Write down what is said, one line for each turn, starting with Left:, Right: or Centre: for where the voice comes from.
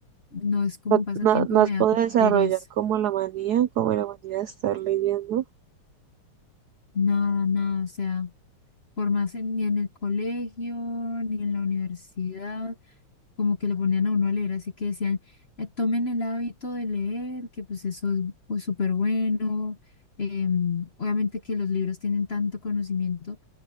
Left: no es como
Right: No,
Left: un pasatiempo
Right: no, no
Left: y me
Right: has podido
Left: da como
Right: desarrollar
Left: pereza.
Right: como la manía, como la manía de estar leyendo.
Left: Nada, nada, o sea, por más en- ni en el colegio, ni en la universidad, como que le ponían a uno a leer, así que decían, eh, tomen el hábito de leer, que pues eso es pues, súper bueno. Em, obviamente que los libros tienen tanto conocimiento,